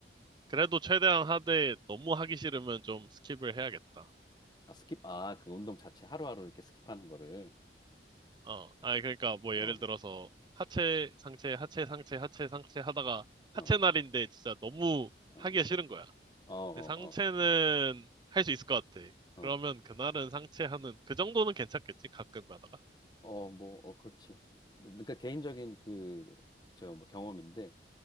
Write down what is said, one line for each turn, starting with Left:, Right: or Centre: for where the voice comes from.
Right: 그래도 최대한 하되 너무 하기 싫으면 좀 스킵을 해야겠다.
Left: 아, 스킵. 아, 그 운동 자체 하루하루 이렇게 스킵하는 거를.
Right: 어, 아니 그러니까 뭐
Left: 어,
Right: 예를 들어서 하체 상체 하체 상체 하체 상체 하다가
Left: 어,
Right: 하체 날인데 진짜 너무
Left: 어,
Right: 하기가
Left: 어,
Right: 싫은 거야.
Left: 어,
Right: 근데 상체는
Left: 어,
Right: 할 수 있을 것 같아. 그러면
Left: 어,
Right: 그날은 상체 하는, 그 정도는 괜찮겠지? 가끔 가다가.
Left: 어, 뭐, 어, 그렇지. 그러니까 개인적인 그, 저, 뭐 경험인데,